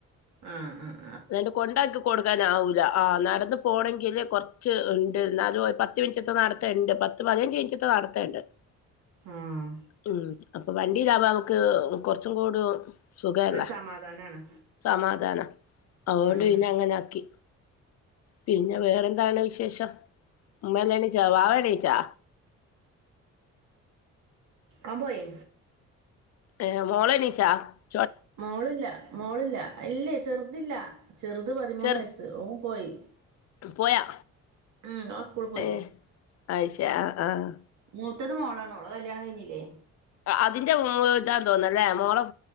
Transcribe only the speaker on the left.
എന്നിട്ട് കൊണ്ടാക്കി കൊടുക്കാന ആവൂല്ല ആ നടന്ന്പോകണമെങ്കില് കൊ കുറച്ച്ഉണ്ട് എന്നാല് പത്ത് മിനിറ്റത്തെ നടത്തുണ്ട് പത്ത് പതിനഞ്ച് മിനിറ്റത്തെ നടത്തണ്ട്
ഉം അപ്പൊ വണ്ടിടാവാ നമുക്ക് കുറച്ചും കൂടി സുഖമല്ലേ
സമാധാനം അതുകൊണ്ട്
പിന്നെ അങ്ങനെ ആക്കി പിന്നെ വേറെന്താണ് വിശേഷം ഉമ്മ എണീച്ചോ വാവ എണീച്ചോ
ഏ മോളെണിച്ചോ
ചെറു
പോയാ
ഏ അത്ശരി ആ ആഹ്
അതിന്റെ ഇതാന്ന് തോന്നല്ലേ മോളം